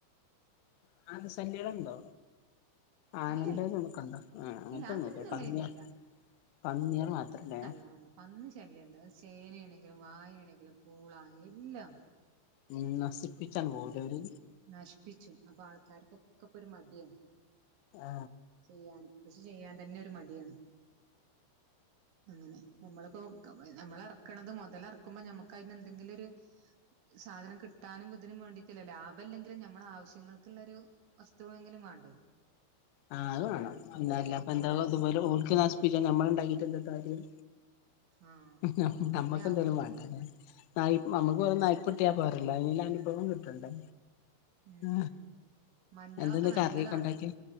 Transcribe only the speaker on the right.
ഇല്ലല്ല
ഇല്ല അങ്ങനൊന്നും
ഉള്ള
ഏരിയല്ല
<unintelligible> ശല്യംണ്ട് അത് ചേനണെങ്കിലും വായെണെങ്കിലും പൂള എല്ലാം
ഉം
നശ്പ്പിച്ചും അപ്പൊ ആൾക്കാര് ക്കൊക്കപ്പൊരു മടിയാണ്.
ചെയ്യാന് കൃഷി ചെയ്യാൻ തന്നെ ഒരു മടിയാണ്. അങ്ങനെ നമ്മളിപ്പോ അമ്മളറെക്കണത് മൊതലെറക്കുമ്പോ ഞമ്മക്കയിനെന്തെങ്കിലൊരു.. സാധനം കിട്ടാനും ഇതിനും വേണ്ടിട്ടല്ല ലാഭല്ലെങ്കിലും ഞമ്മളാവശ്യങ്ങൾക്കുള്ളരു.. തെങ്കിലും വാണ്ടേ..
ആഹ്
ആഹ്
അങ്ങനെ ആവോ
ഉം
ഉം
ഉം
ഉം മഞ്ഞളൊക്കെ
നല്ലതാണ്